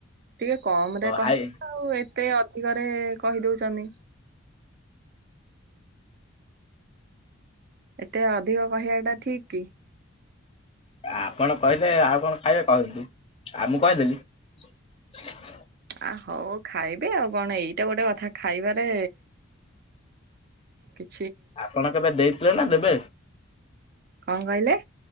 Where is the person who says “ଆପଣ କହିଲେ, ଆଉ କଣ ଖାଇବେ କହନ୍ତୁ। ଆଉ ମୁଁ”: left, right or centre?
Left